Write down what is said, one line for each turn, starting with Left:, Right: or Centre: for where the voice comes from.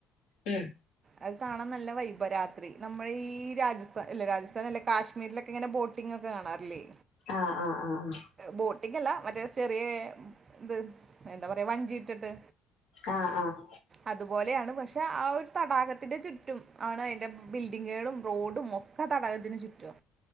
Left: ഉം
Right: അത് കാണാൻ നല്ല വൈബരാത്രി നമ്മൾ ഈ രാജസ്ഥാൻ അല്ല രാജസ്ഥാൻ അല്ല കാശ്മീർ മിഡ്ലൊക്കെങ്ങെനെ ബോട്ടിംഗ് ഒക്കെ കാണാറില്ലേ.
Left: ആഹ് ആഹ് ആഹ് ആഹ്
Right: ബോട്ടിങ് അല്ല മറ്റേ ചെറിയ ഇത് എന്താ പറയാ വഞ്ചി ഇട്ടിട്ട്
Left: ആഹ് ആഹ്
Right: അതുപോലെയാണ് പക്ഷെ ആ ഒരു തടാകത്തിന്റെ ചുറ്റും ആണ് അതിൻ്റെ ബിൽഡിങ്ങേളും റോഡും ഒക്കാ തടകത്തിന് ചുറ്റുവാ.